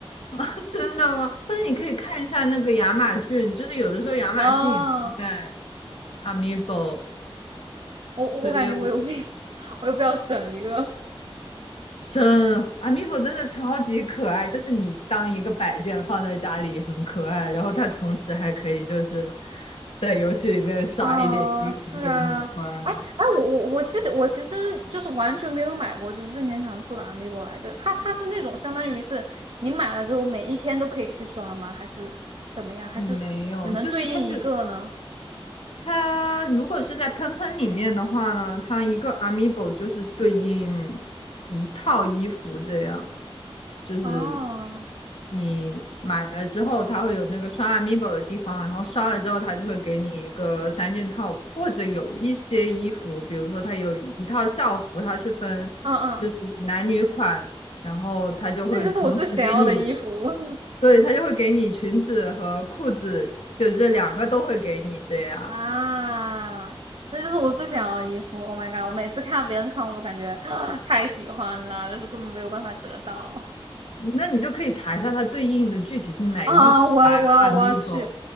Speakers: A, on the left; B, on the right.
A: 啊，<laughs> 真的吗？或者你可以看一下那个亚马逊，就是有的时候亚马逊也会在
B: <laughs> 啊，
A: Amiibo，
B: 我我感觉我有病，
A: 所以我
B: <laughs> 我又不要整一个，
A: 真 Amiibo 真的超级可爱，就是你当一个摆件放在家里很可爱，然后它同时还可以就是在游戏里面刷一点衣服给你穿。
B: 哦，是啊，哎哎，我我我其实我其实就是完全没有买过，就是任天堂出的 Amiibo 来着。它它是那种相当于是你买了之后每一天都可以去刷吗？还是怎么样？还是只能对应一个呢？
A: 嗯，没有，就是它这它如果是在喷喷里面的话呢，它一个 amiibo 就是对应一套衣服，这样就是
B: 哦，
A: 你买了之后，它会有那个刷 amiibo 的地方，然后刷了之后，它就会给你一个三件套，或者有一些衣服，比如说它有一套校服，它是分就是男女款，
B: 嗯嗯，
A: 然后它就会同时给你，
B: 那就是我最想要的衣服 <laughs>
A: 对，它就会给你裙子和裤子，就这两个都会给你这样。
B: 啊，那就是我最想要的衣服。Oh my god！我每次看到别人穿，我都感觉 <gasps> <sucks teeth> 太喜欢了，但是根本没有办法得到。
A: 那你就可以查一下它对应的具体是哪一款
B: 啊，我我要我要去，
A: Amigo，